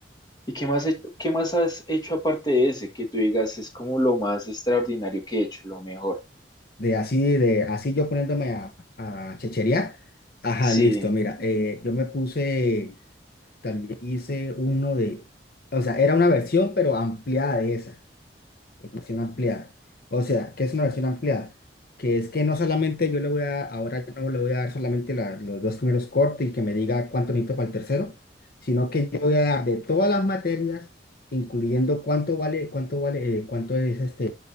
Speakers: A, on the left; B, on the left.
A: ¿Y qué más, he- qué más has hecho aparte de ese que tú digas es como lo más extraordinario que he hecho, lo mejor?
B: De así, de así yo poniéndome a, a checherear. Ajá,
A: Sí.
B: listo. Mira, eh, yo me puse, también hice uno de, o sea, era una versión, pero ampliada de esa. versión ampliada. O sea, ¿qué es una versión ampliada? Que es que no solamente yo le voy a, ahora yo no le voy a dar solamente la- los dos primeros cortes y que me diga cuánto necesito para el tercero, sino que yo voy a dar de todas las materias, incluyendo cuánto vale, cuánto vale, eh, cuánto es este,